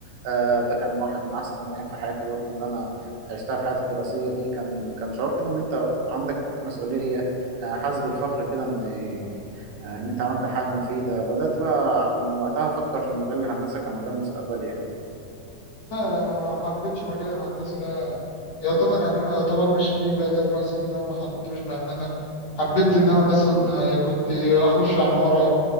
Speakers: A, on the right (about 75°); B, on the left (about 55°).
A: آه، ده كان واحد من احسن الايام في حياتي برضو اللي انا عشتها في حياتي الدراسية دي كان كان شعور كده ان انت عندك مسؤولية آه، حاسس بالفخر كده ان آه، ان انت عملت حاجة مفيدة بدأت بقى من وقتها افكر في مجال الهندسة كمجال مستقبلي يعني
B: لا لا أنا ما حبيتش مجال الهندسة ده يعتبر يعني أنا يعتبر ماشي فيه بقى لي أربع سنين أهو ما حبيتهوش بأمانة حبيت إن أنا مثلا
A: مم.
B: كنت أخش عمارة